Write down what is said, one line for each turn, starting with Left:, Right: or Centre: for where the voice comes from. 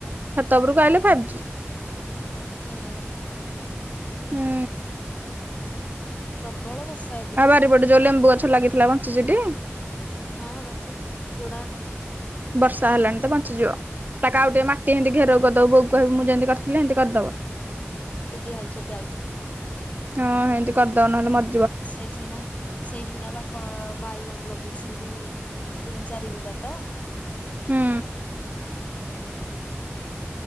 Right: ଛାତ ଉପରୁ ଆଇଲେ
Left: ଓ
Right: ଫାଇବ ଜି।
Left: ହୁଁ।
Right: ହୁଁ
Left: ପ୍ରବଳ ବର୍ଷା ଏବେ।
Right: ଆଉ ବାରିପଟେ ଯୋଉ ଲେମ୍ବୁ ଗଛ ଲାଗିଥିଲା ବଞ୍ଚିଚିଟି?
Left: ହଁ ବଞ୍ଚିଚି ଯୋଡାକ।
Right: ବର୍ଷା ହେଲାଣି ତ ବଞ୍ଚିଯିବ। ତାକୁ ଆଉ ଟିକେ ମାଟି ହାଣ୍ଡି ଘେରଉ କରିଦବୁ, ବୋଉ କହିବୁ ମୁଁ ଯେମିତି କରିଥିଲି ହେନ୍ତି କରିଦବ।
Left: ଦିଆ ହେଇଚି ଏବେ ଆଉଥରେ।
Right: ହଁ ହେନ୍ତି କରିଦବ ନହେଲେ ମ
Left: ସେଇଠି ନା ସେଇଠି ନା ବାପା ବାଇଗଣ ଲ ଗେଇଛନ୍ତି ତିନି ଚାରିିବୁଦା ତ।
Right: ହୁଁ।
Left: ହୁଁ।